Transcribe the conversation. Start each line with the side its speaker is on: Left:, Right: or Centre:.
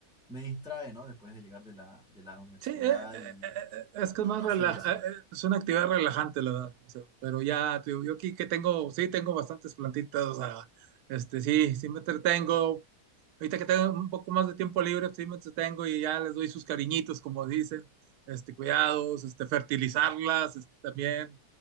Centre: me distrae, ¿no? Después de llegar de la, de la universidad
Right: Sí, eh, eh,
Centre: y,
Right: eh, eh, es
Centre: y
Right: que es más
Centre: hacer
Right: relaja,
Centre: eso.
Right: eh, eh, es una actividad relajante, la verdad. O sea, pero ya, te digo, yo aquí que tengo, sí, tengo bastantes plantitas, o sea, este, sí, sí me entretengo. Ahorita que tengo un poco más de tiempo libre, sí me entretengo y ya les doy sus cariñitos, como dicen, este, cuidados, este, fertilizarlas, este, también.